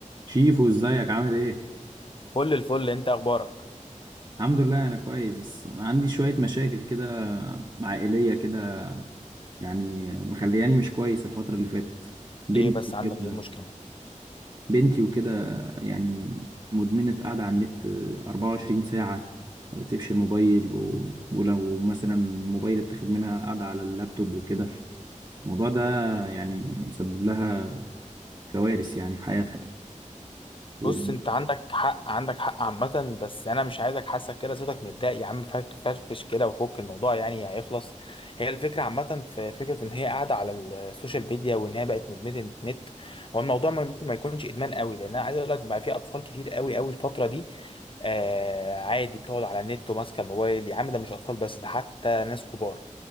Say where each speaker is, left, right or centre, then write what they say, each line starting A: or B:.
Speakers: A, on the right; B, on the left.
A: شيفو ازيك عامل ايه؟
B: كل الفل انت اخبارك
A: الحمد لله انا كويس بس عندي شوية مشاكل كده عائلية كده يعني مخلياني مش كويس الفترة اللي فاتت بنتي
B: ايه بس
A: وكده
B: عندك ايه المشكله
A: بنتي وكده يعني مدمنة قاعدة على النت 24 ساعة ما بتسيبش الموبايل و... ولو مثلا الموبايل اتاخد منها قاعدة على اللابتوب وكده الموضوع ده يعني مسبب لها كوارث يعني في حياتها و...
B: بص انت عندك حق عندك حق عامه بس انا مش عايزك حاسك كده صوتك متضايق يا عم فرك- فرفش كده وفك الموضوع يعني هيخلص هي الفكره عامه في فكره ان هي قاعده على السوشيال ميديا وان هي بقت مدمنه النت هو الموضوع ما- ممكن ما يكونش ادمان قوي لان انا عايز اقول لك بقى في اطفال كتير قوي قوي الفتره دي آه عادي بتقعد على النت وماسكه الموبايل يا عم ده مش اطفال بس ده حتى ناس كبار